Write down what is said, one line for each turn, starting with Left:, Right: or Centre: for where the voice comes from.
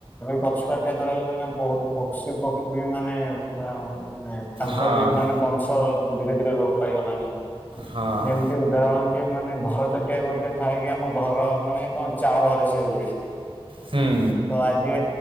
Left: ଗଛ କାଟିବା ଦ୍ଵାରା ବି ମାନେ ବହୁତ ପକ୍ଷୀ ପକ୍ଷୀ ବି ମାନେ ପୁର ମେ <unintelligible> ତାଙ୍କର
Right: ହଁ
Left: ବି ମାନେ ବଂଶ ଧୀରେ ଧୀରେ ଲୋପ ପାଇଗଲାଣି।
Right: ହଁ
Left: ଯେମିତି ଧରଣ କି ମାନେ ଘର ଚଟିଆ ଗୋଟେ ଥାଏ କି ଆମ ଘର ମାନେ କଣ ଚାଳ ଘରେ ସେ ରୁହେ। ଏ
Right: ହୁଁ
Left: ତ ଆଜି